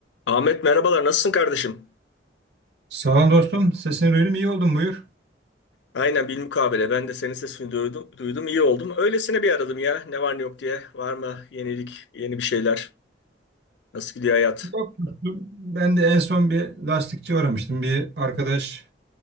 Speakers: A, on the left (about 75°); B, on the right (about 65°).
A: Ahmet merhabalar nasılsın kardeşim?
B: Sağ ol dostum. Sesini duydum. iyi oldun. Buyur.
A: Aynen bilmukabele ben de senin sesini duydum, duydum iyi oldum. Öylesine bir aradım ya ne var ne yok diye. Var mı yenilik yeni bir şeyler? Nasıl gidiyor hayat?
B: Yok. dostum. Ben de en son bir lastikçi uğramıştım. Bir arkadaş